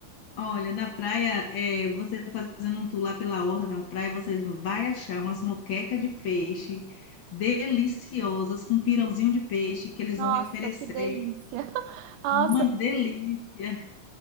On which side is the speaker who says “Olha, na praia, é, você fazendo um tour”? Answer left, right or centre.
Left